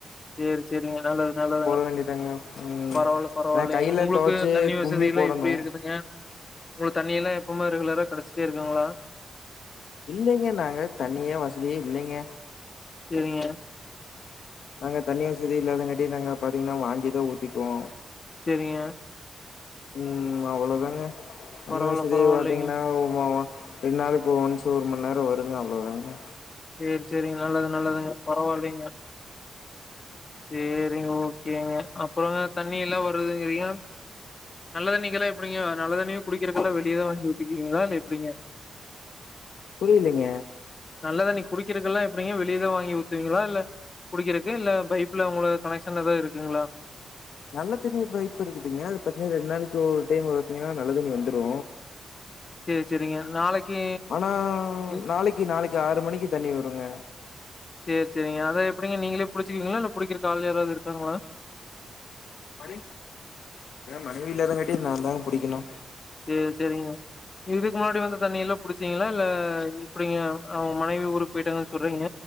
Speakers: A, on the left; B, on the left.
A: சேரி சேரிங்க நல்லது நல்லது
B: வேண்டியதாங்க ம்
A: பரவால்ல பரவால்லைங்க
B: ஏன்னா கையில
A: உங்களுக்கு
B: தொவச்சு
A: தண்ணி வசதில்லா
B: கும்மி போடணு
A: எப்டி இருக்குதுங்க உங்களுக்கு தண்ணி எல்லா எப்பவுமே ரெகுலரா கெடச்சிட்டே இருக்குங்களா
B: இல்லைங்க நாங்க தண்ணியே வசதியே இல்லைங்க
A: சேரிங்க
B: நாங்க தண்ணி வசதி இல்லாதங்காட்டி நாங்க பாத்தீங்கன்னா வாங்கிதா ஊத்திக்குவோ
A: செரிங்க
B: ம் அவ்ளதாங்க தண்ணி
A: பரவால்ல,
B: வசதி
A: பரவால்லைங்க.
B: பாத்தீங்கன்னா உ வா வா ரெண்டு நாளைக்கு ஒன்ஸ் ஒரு மணி நேரோ வருங்க அவ்ளோ தாங்க
A: சேரி சேரிங்க நல்லது நல்லதுங்க பரவால்லைங்க சேரிங்க ஓகேங்க அப்றோங்க தண்ணி எல்லா வருதுங்கறீங்க நல்ல தண்ணிக்கெல்லா எப்டிங்க நல்ல தண்ணியு குடிக்கிறக்கெல்லா வெளியவே வாங்கி ஊத்திக்குவிங்ளா இல்ல எப்டிங்க
B: புரியலிங்க
A: நல்ல தண்ணி குடிக்கறக்கு எல்லா எப்டிங்க வெளிய தா வாங்கி ஊத்துவீங்களா இல்ல குடிக்றக்கு இல்ல பைப் உள்ள உங்களுக் கனெக்ஷன் எதாவ் இருக்குங்ளா
B: நல்ல தண்ணி பைப்பு இருக்குதுங்க அது பாத்தீங்ன்னா ரெண்டு நாளைக்கு ஒரு டைம் பாத்தீங்கன்னா நல்ல தண்ணி வந்துரு
A: சேரி சேரிங்க நாளைக்கு
B: ஆனா
A: ம்
B: நாளைக்கு நாளைக்கு ஆறு மணிக்கு தண்ணி வருங்க
A: செரி செரிங்க அதா எப்டிங்க நீங்களே புடிச்சுக்குவீங்ளா இல்ல புடிக்கிறக்கு ஆள் யாராவது இருக்காங்ளா
B: <inaudible> மனைவி இல்லாதங்காட்டி நா தாங்க பிடிக்கணு
A: சேரி சேரிங்க இதுக்கு முன்னாடி வந்த தண்ணி எல்லா புடிச்சீங்ளா இல்ல எப்டிங்க அவங்க மனைவி ஊருக்கு போயிட்டாங்கன் சொல்றீங்க